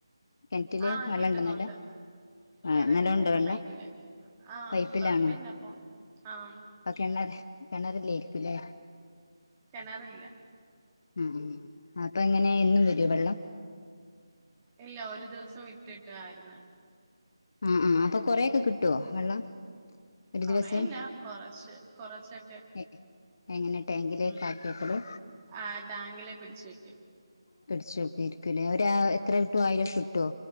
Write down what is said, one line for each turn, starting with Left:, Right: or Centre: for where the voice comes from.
Left: കിണറ്റില്
Right: ആഹ്
Left: വെള്ളം
Right: കിട്ടുന്നുണ്ട്
Left: ഇണ്ടന്നട്ട് ആ
Right: കിണറ്റിലല്ല
Left: നല്ലോണ്ടോ വെള്ളം
Right: പൈപ്പില് ആഹ്
Left: പൈപ്പിലാണോ?
Right: കൊഴപ്പില്ല ഇപ്പൊ ആഹ്
Left: അപ്പൊ കിണർ കിറില്യേക്കുംലെ
Right: കേണറില്ല
Left: ഉം അപ്പൊ എങ്ങനെ എന്നും
Right: ഉം
Left: വരോ വെള്ളം?
Right: ഇല്ല ഒരു ദിവസം വിട്ടിട്ടായിര്ന്ന്
Left: ആ ആ അപ്പൊ കൊറേയൊക്കെ കിട്ട്യോ വെള്ളം? ഒരു
Right: കൊറേല്ല
Left: ദിവസം
Right: കൊറച്ച് കൊറച്ചൊക്കെ
Left: എ എങ്ങനെ ടാങ്കിലേക്ക്
Right: ഉം
Left: ആക്കിയെക്കല്
Right: ആ ടാങ്കില് പിടിച്ചേക്കും
Left: പിടിച്ചു വയ്ക്കുയിരിക്കും അല്ലേ ഒ എത്രട്ടു ആയിരം കിട്ടുവോ